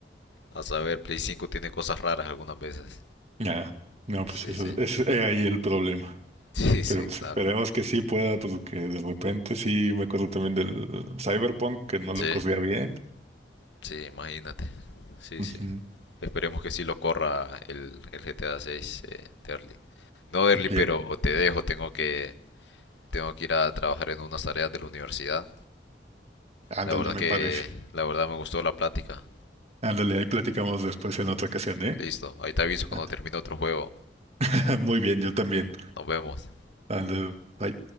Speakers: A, on the left; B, on the right.
A: a saber, Play 5 tiene cosas raras algunas veces.
B: Ya. No, pues
A: Sí,
B: eso
A: sí. <laughs>
B: es eh, ahí el problema.
A: Sí, sí,
B: Pero pues
A: claro.
B: esperemos que sí pueda, porque de repente sí me acuerdo también del Cyberpunk que no
A: Sí,
B: lo corría bien.
A: sí, imagínate. Sí,
B: Ujú.
A: sí. Esperemos que sí lo corra el, el GTA 6, eh, Terly. No, Derly,
B: Bien,
A: pero te dejo, tengo que, tengo que ir a trabajar en unas tareas de la universidad.
B: ándale,
A: La verdad
B: me
A: que,
B: parece.
A: la verdad me gustó la plática.
B: Ándale, ahí platicamos después en otra ocasión, ¿eh?
A: Listo, ahí te aviso cuando
B: Ándale.
A: termine otro juego.
B: <laughs> Muy bien, yo también.
A: Nos vemos.
B: Ándale, bye.